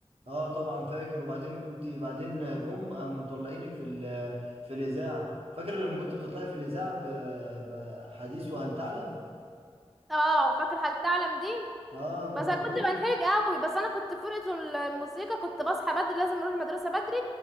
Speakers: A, on the right; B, in the centre.
A: اه طبعا فاكر وبعدين كنت بعدين جم قاموا مطلعينك في ال- في الاذاعه فاكر لما كنت بتطلعي في الاذاعه ب- بحديث وهل تعلم
B: اه فاكر هل تعلم دي
A: اه كنت
B: بس انا
A: تقولي
B: كنت بنحرج قوي بس انا كنت في فرقه ال- الموسيقى كنت بصحى بدري لازم اروح المدرسه بدري